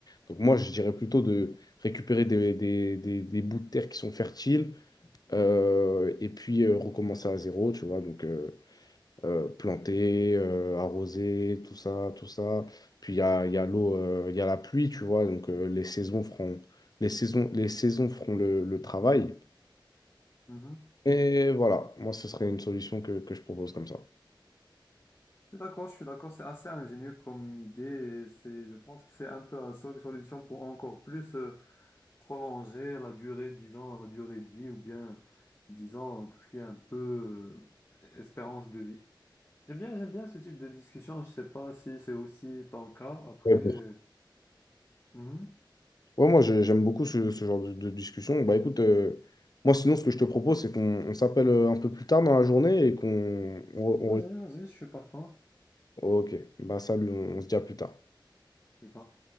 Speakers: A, on the left; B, on the left.
A: Donc moi, je dirais plutôt de récupérer des, des, des, des bouts de terre qui sont fertiles euh, et puis euh, recommencer à zéro, tu vois. Donc, euh, euh, planter, euh, arroser, tout ça, tout ça. Puis il y a, il y a l'eau, euh, il y a la pluie, tu vois, donc euh, les saisons feront, les saisons, les saisons feront le, le travail.
B: mhm.
A: Et voilà, moi, ce serait une solution que, que je propose comme ça.
B: Je suis d'accord, je suis d'accord, c'est assez ingénieux comme idée, et c'est, je pense que c'est un peu la seule solution pour encore plus euh, prolonger la durée, disons, la durée de vie, ou bien, disons, tout ce qui est un peu euh, espérance de vie. J'aime bien, j'aime bien ce type de discussion, je sais pas si c'est aussi ton cas, après...
A: Ouais,
B: euh,
A: bon.
B: mhm.
A: Ouais, moi, je- j'aime beaucoup ce, ce genre de, de discussion. Bah écoute, euh, moi, sinon, ce que je te propose, c'est qu'on on s'appelle euh, un peu plus tard dans la journée et qu'on... on-
B: Vas-y,
A: on-
B: vas-y, je suis partant.
A: Ok, bah salut, on on se dit à plus tard.
B: Putain.